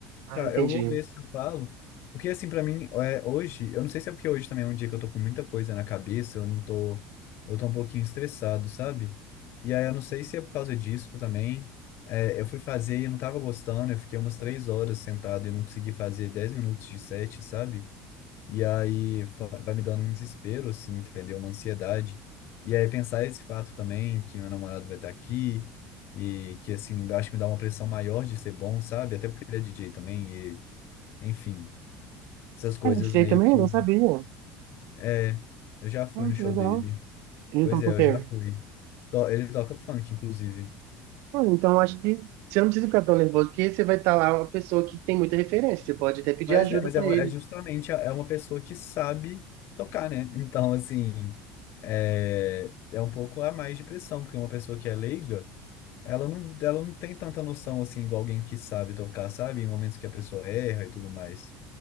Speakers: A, on the right (about 70°); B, on the left (about 60°).
A: Ah,
B: Tá,
A: entendi.
B: eu vou ver se eu falo. Porque, assim, pra mim, é, hoje, eu não sei se é porque hoje também é um dia que eu tô com muita coisa na cabeça, eu não tô, eu tô um pouquinho estressado, sabe? E aí eu não sei se é por causa disso também. É, eu fui fazer e eu não tava gostando, eu fiquei umas três horas sentado e não consegui fazer 10 minutos de set, sabe? E aí fa- vai me dando um desespero, assim, entendeu? Uma ansiedade. E aí pensar esse fato também, que meu namorado vai estar aqui. E que, assim, acho que me dá uma pressão maior de ser bom, sabe? Até porque ele é DJ também enfim, essas coisas
A: Ah, eu tirei
B: meio
A: também,
B: que.
A: não sabia.
B: É, eu já fui
A: Ah,
B: no show
A: que legal.
B: dele.
A: E Então,
B: Pois
A: por
B: é, eu
A: quê?
B: já fui. To- Ele toca funk, inclusive.
A: Ah, então, acho que você não precisa ficar tão nervoso, porque você vai estar lá uma pessoa que tem muita referência. Você pode até pedir
B: Mas
A: ajuda
B: é, mas
A: pra
B: é, uma-
A: ele.
B: é justamente é uma pessoa que sabe tocar, né? <laughs> Então, assim, é, é um pouco a mais de pressão, porque uma pessoa que é leiga, ela não, ela não tem tanta noção, assim, igual alguém que sabe tocar, sabe? Em momentos que a pessoa erra e tudo mais.